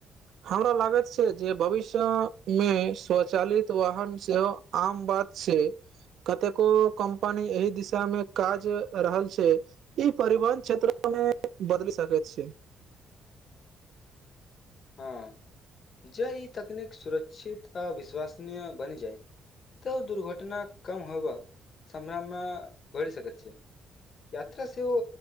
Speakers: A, on the right; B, on the left.
A: हमरा लागत छै जे भविष्य मे स्वचालित वाहन सेवा आम बात छै कतेको कम्पनी एहि दिशा मे काज रहल छै ई परिवहन क्षेत्रमे बदल सकेत छै
B: हँ जे ई तकनीक सुरक्षित आ विश्वसनीय बनि जाय तऽ दुर्घटना कम होयबाक सम्भावना बढ़ि सकैत छै यात्रा सेहो